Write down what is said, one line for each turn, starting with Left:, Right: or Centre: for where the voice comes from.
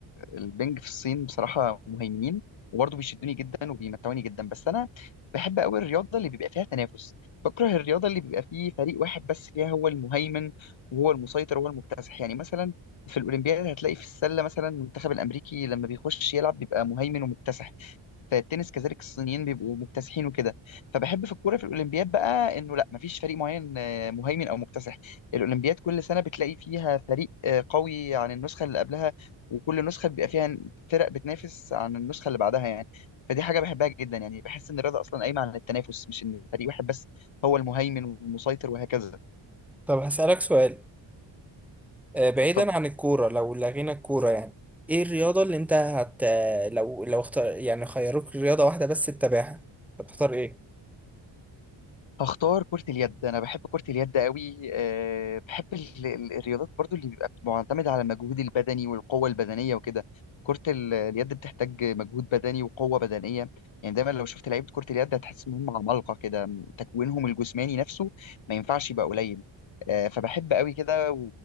Left: البنج في الصين بصراحة مهيمنين وبرضه بيشدوني جدا وبيمتعوني جدا بس أنا بحب أوي الرياضة اللي بيبقى فيها تنافس بكره الرياضة اللي بيبقى فيه فريق واحد بس فيها هو المهيمن وهو المسيطر وهو المكتسح يعني مثلا في الأولمبياد هتلاقي في السلة مثلا المنتخب الأمريكي لما بيخش يلعب بيبقى مهيمن ومكتسح في التنس كذلك الصينيين بيبقوا مكتسحين وكده فبحب في الكوره في الاولمبياد بقى انه لا مفيش فريق معين آه، مهيمن او مكتسح الاولمبياد كل سنه بتلاقي فيها فريق آه، قوي عن النسخه اللي قبلها وكل نسخه بيبقى فيها فرق بتنافس عن النسخه اللي بعدها يعني فدي حاجه بحبها جدا يعني بحس ان الرياضه اصلا قايمه على التنافس مش ان فريق واحد بس هو المهيمن والمسيطر وهكذا
Centre: طب هسألك سؤال آه، بعيدا
Left: ف
Centre: عن الكورة لو لغينا الكورة يعني ايه الرياضة اللي انت هت لو لو اختار يعني خيروك رياضة واحدة بس تتابعها هتختار ايه؟
Left: هختار كرة اليد أنا بحب كرة اليد قوي أه بحب ال- ال- الرياضات برضو اللي بيبقى معتمدة على المجهود البدني والقوة البدنية وكده كرة ال- اليد بتحتاج مجهود بدني وقوة بدنية يعني دايما لو شفت لعيبة كرة اليد هتحس إن هم عمالقة كده تكوينهم الجسماني نفسه ما ينفعش يبقى قليل أه فبحب قوي كده